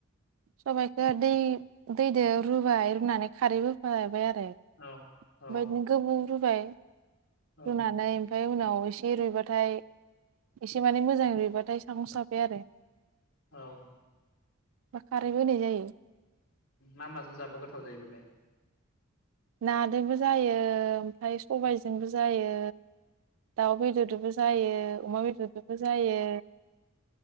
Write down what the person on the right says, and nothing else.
सबायाइखौ दै दैदो रुबाय रुनानै खारैबो होफाबाय आरो
बेबायदिनो गोबौ रुबाय
रुनानै ओमफ्राय उनाव एसे रुइबाथाय एसे माने मोजाङै रुइबाथाय <unintelligible> आरो।
बा खारै होनाय जायो।
नादोबो जायो ओमफ्राय सबायजोंबो जायो। दाउ बेदरदोबो जायो अमा बेदरदोबो जायो।